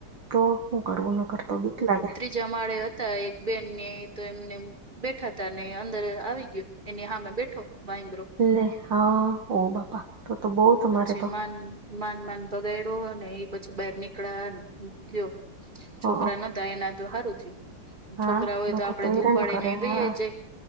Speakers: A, on the right; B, on the right.
A: તો શું કરવું ન કરર તો બીક લાગે.
B: જમાડે હતા એક બેન ને એ તો એમને બેઠા ત ને અંદર આવી ગયયો એની હામે બેઠો વાંદરું.
A: લે હા હો બાપા તો તો બહ તમારે
B: પછી
A: તો.
B: માન માન માન ભગાડો અને એ પછી બાર નીકળ્યા ગયો.
A: હઅ
B: છોકરાના નતા તો એને હારું થયું.
A: હા
B: છોકરા હોય
A: લોકો
B: તો આપડે તો
A: હેરાન
B: ઉપાડીને
A: કરે
B: વહીએ
A: હા
B: જાય.